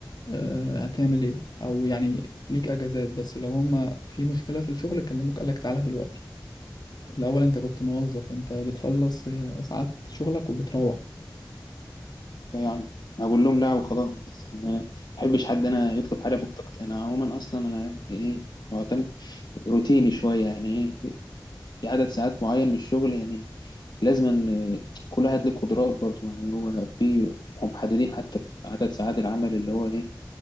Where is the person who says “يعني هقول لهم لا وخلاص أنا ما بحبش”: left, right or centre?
Left